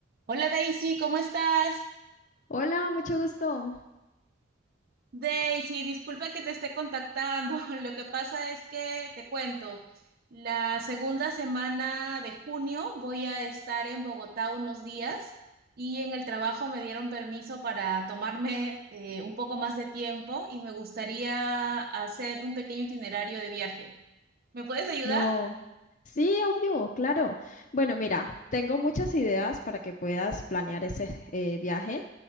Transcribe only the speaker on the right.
Hola Daisy, ¿cómo estás?
Daisy, disculpa que te esté contactando. <laughs> Lo que pasa es que te cuento, la segunda semana de junio voy a estar en Bogotá unos días y en el trabajo me dieron permiso para tomarme eh, un poco más de tiempo y me gustaría hacer un pequeño itinerario de viaje. ¿Me puedes ayudar?